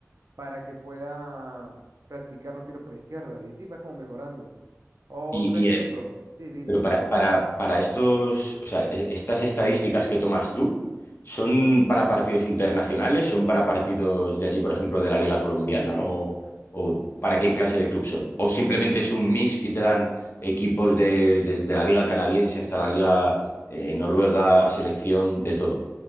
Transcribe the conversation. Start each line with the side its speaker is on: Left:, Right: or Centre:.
Right: para que pueda practicar los tiros por la izquierda. Y sí, va como mejorando. Otro
Left: Y,
Right: ejemplo.
Left: y,
Right: Sí, dime,
Left: Pero
Right: dime.
Left: para, para, para estos, o sea, e- estas estadísticas que tomas tú, ¿son para partidos internacionales? ¿Son para partidos de allí, por ejemplo, de la Liga Colombiana? ¿O, o para qué clase de club son? ¿O simplemente es un mix y te dan equipos de- desde la Liga Canadiense hasta la Liga eh, Noruega, selección, de todo?